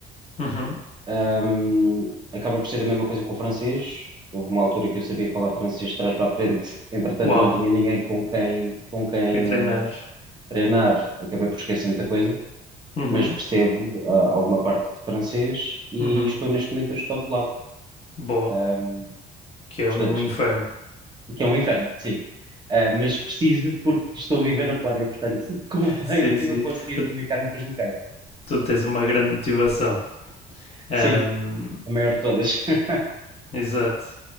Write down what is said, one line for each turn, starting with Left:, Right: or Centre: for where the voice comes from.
Left: Uhum.
Right: Ahm, acaba por ser a mesma coisa com o francês. Houve uma altura que eu sabia falar francês de trás para a frente. Entretanto,
Left: Uau,
Right: não tinha ninguém com quem, com quem
Left: quem treinar.
Right: ah, treinar, acabei por esquecer muita coisa,
Left: Uhum.
Right: mas percebo ah, alguma parte de francês e
Left: Uhum.
Right: estou neste momento a estudar polaco.
Left: Boa,
Right: Ahm,
Left: que é
Right: portanto,
Left: um inferno.
Right: o que é um inferno, sim. Ah, mas preciso porque estou a viver na Polónia, portanto, <laughs> convém
Left: Sim,
Right: eu
Left: sim.
Right: conseguir
Left: Tu,
Right: comunicar-me com os locais.
Left: tu tens uma grande motivação.
Right: Sim,
Left: Ahm,
Right: a maior de todas. <laughs>
Left: exato.